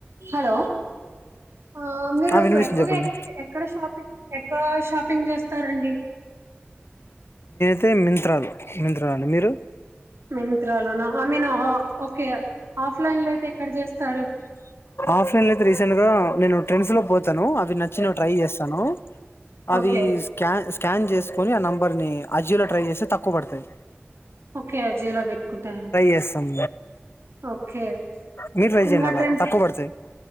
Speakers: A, on the right (about 75°); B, on the left (about 65°).
A: హలో ఆ మీరు
B: ఆ వినిపిస్తుంది
A: ఎక్కువగా
B: చెప్పండి
A: ఎ ఎక్కడ షాపింగ్ ఎక్కడ షాపింగ్ చేస్తారండి
B: తే మిన్త్ర లో మిన్త్ర అండి మీరు
A: మిన్త్ర లోన ఆ మీను ఓ ఓకే ఆఫ్లైన్ లో అయితే ఎక్కడ చేస్తారు
B: ఆఫ్లైన్ లో అయితే రీసెంట్ గా నేను ట్రెండ్స్ లో పోతాను అవి నచ్చినవి ట్రై చేస్తాను. అవి
A: ఓకే
B: స్కా స్కాన్ చేసుకొని ఆ నంబర్ని అజీలో ట్రై చేస్తే తక్కువ పడతాయ్
A: ఓకే అ జీలో పెట్టుకుంటారు
B: చేస్తాం
A: ఓకే
B: మీరు ట్రై
A: ఇంకా
B: చేయండి అలా
A: టెన్
B: తక్కువ పడతాయి